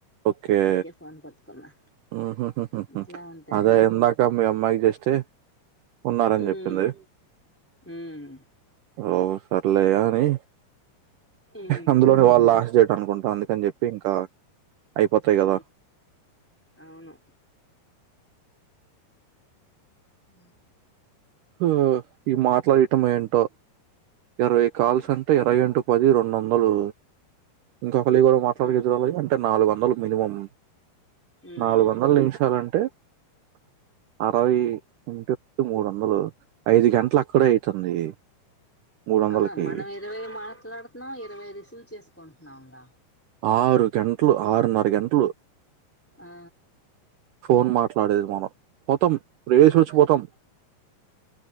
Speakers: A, on the right; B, in the centre.
A: ఓకే
B: అందుకే ఫోన్ పతుకున్నా
A: ఉహుహుహు
B: ఇట్లా ఉంటా
A: అదే ఇందాక మీ అమ్మాయికి జస్ట్ ఉన్నారని
B: మ్మహ్
A: చెప్పింది.
B: మ్మ్
A: ర సర్లేఅని
B: ఉమ్
A: అందులోనే వాళ్ళ అనుకుంటా అందుకని చెప్పి ఇంకా అయిపోతాయి
B: హు
A: కదా
B: అవును. ఆ
A: ఉ ఈ మాట్లయ్యెటం ఏంటో ఇరవై కాల్స్
B: కదా
A: అంటే ఇరవైంటు పది రెండోందలు ఇంకొక లివ మాట్లాడగించ
B: ఉమ్
A: వాలవి అంటే నాలువ ఉండాలు మినిమం
B: ఉమ్
A: నాలువందల్ నిమిషాలంటే అరవ్ ఇంట్ మూరొందలు ఐదు గంట్లు అక్కడే అయితుంది. మూడు వందలకి
B: ఆహ మనం ఇరవై మాట్లాడ్తనం ఇరవై రిసీవ్ చేసుకోన్ నవుంగ
A: ఆరు గంట్లు, ఆరున్నర గంట్లు
B: ఆ
A: ఫోన్ మాట్లాడేది మనం‌ పోతమ్ ఇప్పుడు
B: అవును
A: ఏసొచ్చిపోతాం,